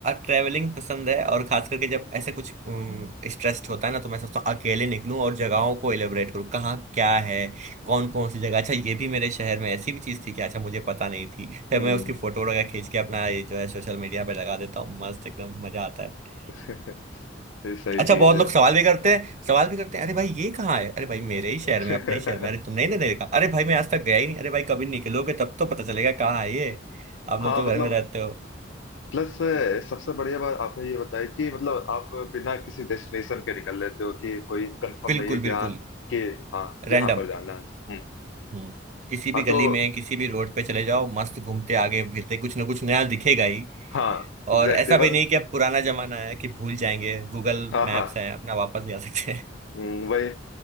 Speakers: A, on the right; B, on the left.
A: ट्रैवलिंग पसंद है और खास करके जब ऐसे कुछ स्ट्रेस्ड होता है ना तो मैं सोचता हूँ अकेले निकलूं और जगहों को एलिबरेट करूँ कहाँ क्या है कौन कौन सी जगह अच्छा ये भी मेरे शहर में ऐसी भी चीज़ थी कि अच्छा मुझे पता नहीं थी फिर
B: हम्म
A: मैं उसकी फोटो वगैरह खींच के अपना ये जो है सोशल मीडिया पे लगा देता हूँ मस्त एकदम मजा आता है
B: <laughs> ये सही
A: अच्छा
B: चीज
A: बहुत
B: है
A: लोग सवाल भी करते हैं सवाल भी करते हैं अरे भाई ये कहाँ है अरे भाई मेरे ही शहर
B: <laughs>
A: में अपने ही शहर में अरे तुमने ही नहीं देखा अरे भाई मैं आज तक गया ही नहीं अरे भाई कभी निकलोगे तब तो पता चलेगा कहाँ है ये आप
B: हाँ
A: लोग तो घर
B: मतलब
A: में रहते हो
B: प्लस अ, सबसे बढ़िया बात आपने ये बताया कि मतलब आप बिना किसी डेस्टिनेशन के निकल लेते हो कि कोई कंफर्म
A: बिल्कुल
B: नहीं है कि
A: बिल्कुल
B: हाँ कि हाँ
A: रैंडम
B: यहाँ पर जाना है हम्म
A: हम्म। किसी भी
B: हाँ
A: गली
B: तो
A: में किसी भी रोड पे चले जाओ मस्त घूमते आगे फिरते कुछ ना कुछ नया दिखेगा ही
B: हाँ एग्जैक्टली
A: और ऐसा
B: exactly,
A: भी नहीं
B: बस
A: कि अब पुराना जमाना है कि भूल जाएंगे गूगल
B: हाँ
A: मैप्स
B: हाँ
A: है अपना वापस जा सकते हैं
B: हम्म, वही